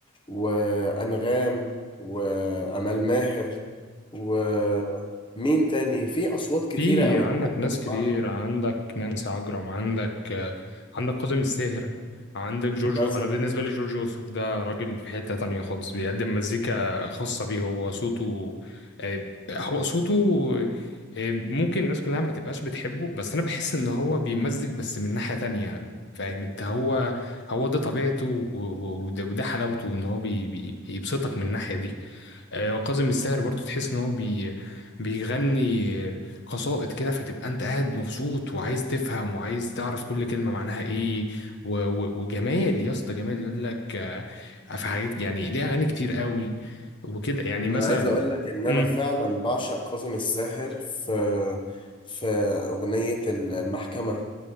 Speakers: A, on the left; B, on the left.
A: وأنغام وأمال ماهر ومين تاني في أصوات كتيرة
B: في
A: قوي
B: عندك
A: بحب
B: ناس
A: أسمعها
B: كتير عندك نانسي عجرم عندك آه، عندك كاظم الساهر عندك جورجو
A: مثلا
B: انا بالنسبه لي جورجو وسوف ده راجل في حته تانية خالص بيقدم مزيكا خاصه بيه هو صوته آه، هو صوته آه، ممكن الناس كلها ما تبقاش بتحبه بس انا بحس ان هو بيمزج بس من ناحيه تانية فاهم انت هو هو ده طبيعته و- و- وده وده حلاوته ان هو بي- بي- بيبسطك من الناحيه دي آه، وكاظم الساهر برضو تحس ان هو بي بيغني قصائد كده فتبقى انت قاعد مبسوط وعايز تفهم وعايز تعرف كل كلمة معناها ايه و... و... وجمال يا اسطى جمال يقول لك آه، في حاجات يعني ليه اغاني كتير قوي وكده يعني
A: أنا
B: مثلا
A: عايز أقول لك إن أنا
B: امم
A: فعلا بعشق كاظم الساهر في في أغنية المحكمة